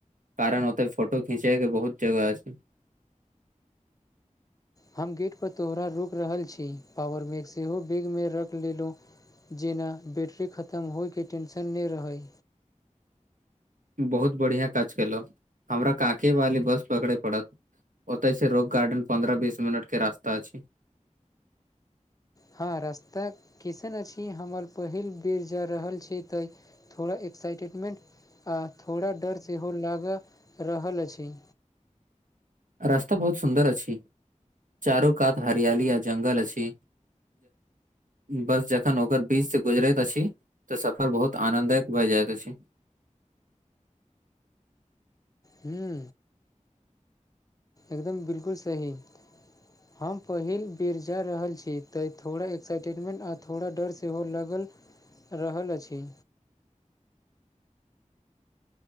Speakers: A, on the right; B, on the left.
A: कारण ओतैय फोटो खींचैके बहुत जगह अछि
B: हम गेट पर तोहरा रुकि रहल छी पॉावर बैक सेहो बेग मे रख लेलु जेना बैटरी खतम होइके टेंशन नैय रहै
A: बहुत बढ़िया काज केलऽ हमरा काके वाले बस पकड़य पड़त ओतय से रोक गार्डन पन्द्रह बीस मिनट के रास्ता अछि
B: हँ रास्ता कैसन अछि हमर पहिल बेर जा रहल छी तऽ थोड़ा एक्साइटमेंट आ थोड़ा डर सेहो लग रहल अछि
A: रास्ता बहुत सुन्दर अछि चारू कात हरियाली आ जंगल अछि बस जखन ओकर बीच से गुजरैत अछि तऽ सफर बहुत आनन्दक भए जाइत अछि
B: हुं एकदम बिल्कुल सही हम पहिल बेर जा रहल छी तऽ थोड़ा एक्साइटेड मेंट आ थोड़ा डर सेहो लागल रहल अछि